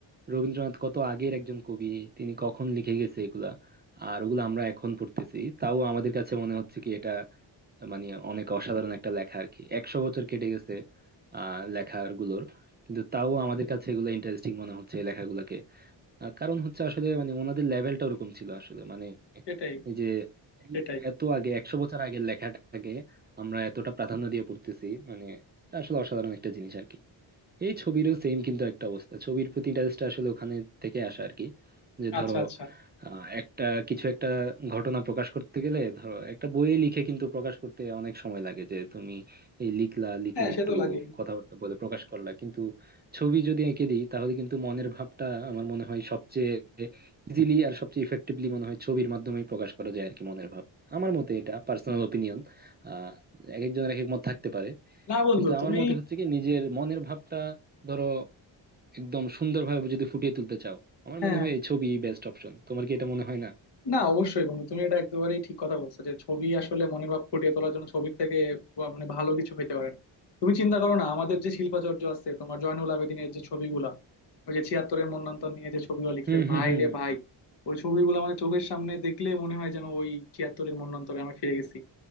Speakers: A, on the right (about 20°); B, on the left (about 60°).
A: রবীন্দ্রনাথ কত আগের একজন কবি তিনি কখন লিখে গেছে এগুলা আর ওগুলো আমরা এখন পড়তেছি তাও আমাদের কাছে মনে হচ্ছে কি এটা মানে অনেক অসাধারণ একটা লেখা আর কি একশো বছর কেটে গেছে আহ লেখার গুলোর কিন্তু তাও আমাদের কাছে এগুলো ইন্টারেস্টিং মনে হচ্ছে এই লেখাগুলোকে আহ কারণ হচ্ছে আসলে মানে ওনাদের লেভেলটা ওরকম ছিল আসলে মানে
B: সেটাই
A: এই যে এই
B: সেটাই
A: এত আগে একশো বছর আগের লেখাটাকে আমরা এতটা প্রাধান্য দিয়ে পড়তেছি মানে এটা আসলে অসাধারণ একটা জিনিস আর কি এই ছবিরও সেম কিন্তু একটা অবস্থা ছবির প্রতি ইন্টারেস্টটা আসলে ওখানে থেকে আসা আর কি যে
B: আচ্ছা
A: ধরো
B: আচ্ছা
A: আহ, একটা কিছু একটা ঘটনা প্রকাশ করতে গেলে ধরো একটা বইয়ে লিখে কিন্তু প্রকাশ করতে অনেক সময় লাগে যে তুমি এই লিখলা লিখে
B: হ্যাঁ সে
A: একটু
B: তো লাগে
A: কথাবার্তা বলে প্রকাশ করলা কিন্তু ছবি যদি এঁকে দিই তাহলে কিন্তু মনের ভাবটা আমার মনে হয় সবচেয়ে ইজিলি আর সবচেয়ে ইফেক্টিভলি মনে হয় ছবির মাধ্যমেই প্রকাশ করা যায় আর কি মনের ভাব আমার মতে এটা পার্সোনাল ওপিনিয়ন আহ এক একজনের এক এক মত থাকতে পারে
B: না বন্ধু
A: কিন্তু
B: তুমি
A: আমার মতে হচ্ছে কি নিজের মনের ভাবটা ধরো একদম সুন্দরভাবে যদি ফুটিয়ে তুলতে চাও আমার
B: হ্যাঁ
A: মনে হয় এই ছবি বেস্ট অপশন তোমার কি এটা মনে হয় না
B: না অবশ্যই বন্ধু তুমি এটা একেবারেই ঠিক কথা বলছো যে ছবি আসলে মনের ভাব ফুটিয়ে তোলার জন্য ছবির থেকে বা মানে ভালো কিছু হইতে পারে না তুমি চিন্তা করো না আমাদের যে শিল্পাচার্য আছে তোমার জয়নুল আবেদিনের যে ছবিগুলা ওই যে ছিয়াত্তরের মন্বন্তর নিয়ে যে ছবিগুলো লিখছে
A: হুম
B: ভাই
A: হুম হুম
B: রে ভাই ওই ছবিগুলো মানে চোখের সামনে দেখলে মনে হয় যেন ওই ছিয়াত্তরের মন্বন্তরে আমরা ফিরে গেছি